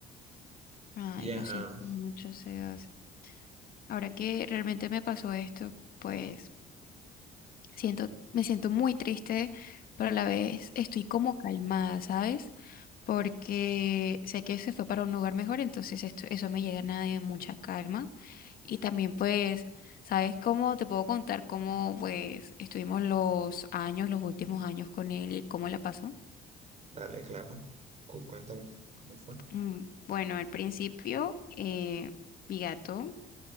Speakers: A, on the left; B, on the right.
A: Ay,
B: Y
A: lo
B: ajá,
A: siento mucho, Sebas. Ahora que realmente me pasó esto, pues Siento, me siento muy triste, pero a la vez estoy como calmada, ¿sabes? Porque sé que se fue para un lugar mejor, entonces esto, eso me llena de mucha calma. Y también pues, ¿sabes cómo te puedo contar cómo pues estuvimos los años, los últimos años con él y cómo la pasó?
B: dale, claro. Cu- cuéntame cómo fue.
A: Mm, Bueno, al principio, eh, mi gato